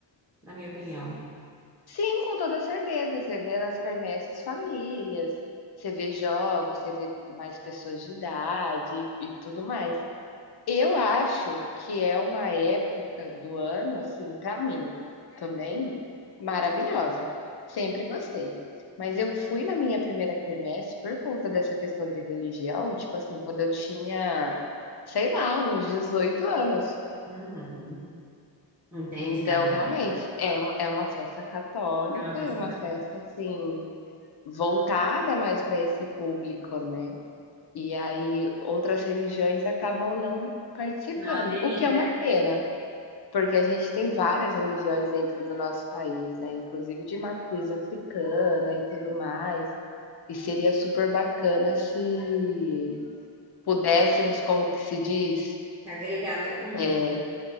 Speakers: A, in the centre; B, on the left (about 55°).
A: na minha opinião.
B: sim, com toda certeza, você vê nas quermesses famílias, você vê jogos, você vê mais pessoas de idade e tudo mais. Eu acho que é uma época do ano, assim, pra mim também, maravilhosa. Sempre gostei. Mas eu fui na minha primeira quermesse por conta dessa questão de religião, tipo assim, quando eu tinha, sei lá, uns 18 anos.
A: Uhum. Entende,
B: Então,
A: amiga?
B: realmente, é uma é uma festa católica,
A: É uma
B: é uma
A: festa.
B: festa, assim, voltada mais para esse público, né. E aí outras religiões acabam não participando,
A: Não aderindo,
B: o que é uma
A: é.
B: pena, Porque a gente tem várias religiões dentro do nosso país, né, inclusive de matriz africana e tudo mais, e seria super bacana se pudéssemos, como que se diz?
A: Agregar todo mundo.
B: Eh,